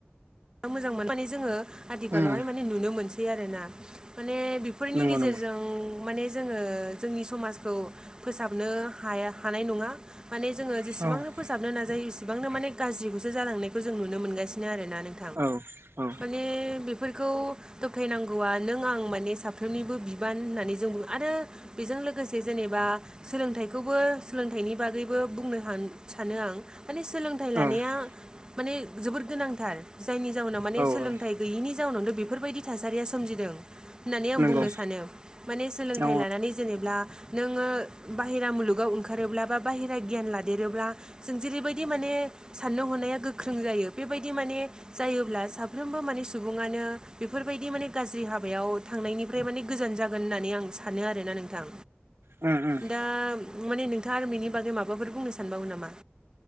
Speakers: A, on the right; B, on the right.
A: मोजां मोन माने जोङो आथिखालावहाय
B: उम
A: माने नुनो मोनसै आरोना माने फोरनि
B: नंगौ
A: गेजेरजों
B: नंगौ
A: माने जोङो जोंनि समाजखौ फोसाबनो हाया हानाय नङा माने जोङो
B: औ
A: जेसेबांनो
B: औ
A: फोसाबनो नाजायो इसेबांनो माने गाज्रिखौसो जालांनायखौ जों नुनो मोनगासिनो आरोना नों
B: औ औ
A: माने बेफोरखौ दबथायनांगौआ नों आं माने साफ्रोमनिबो बिबान होननानै जों बुङो आरो बेजों लोगोसे जेनेबा सोलोंथाइखौबो सोलोंथाइनि बागैबो बुंनो सानो आं माने सोलों सोलोंथाइ लानाया
B: औ
A: माने जोोबद गोनांथार जायनि जउनाव माने
B: औ
A: सोलोंथाइ गैयिनि जाउनावनो बेफोरबायदि थासारिया सोमजिदों होननानै आं
B: नंगौ
A: बुंनो सानो माने सोलोंथाइ
B: औ
A: लानानै जेनेबा नोङो बाहेरा मुलुगाव ओंखारोब्ला बा बाहेरा गियान लादेरोब्ला जों जेरैबायदि माने साननो हनाया गोख्रों जायो बेबायदि माने जायोब्ला साफ्रोमबो माने सुबुङानो बेफोरबायदि माने गाज्रि हाबायाव थांनायनिफ्राय माने गोजान जागोन होननानै आं सानो आरोना नोंथां
B: उम उम
A: दा माने नोंथाङा आरो बेनि बागै माबाफोर बुंनो सानबावो नामा